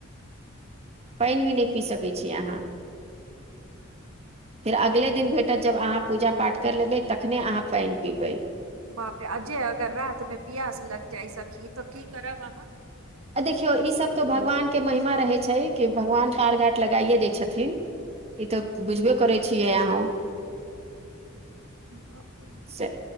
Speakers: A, on the right; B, on the right.
A: पानि भी नहि पी सकै छी अहाँ। फेर अगले दिन भेटत जब अहाँ पूजा पाठ करि लेबै तखने अहाँ पैन पीबै।
B: बाप रे आ जे अगर रात मे पियास लग जाय सखी तऽ की करब अहाँ?
A: आ देखियौ ई सब तो भगवान के महिमा रहै छै कि भगवान पार घाट लगाइये दै छथिन। ई तऽ बुझबे करै छियै अहौं।
B: बाप रे
A: से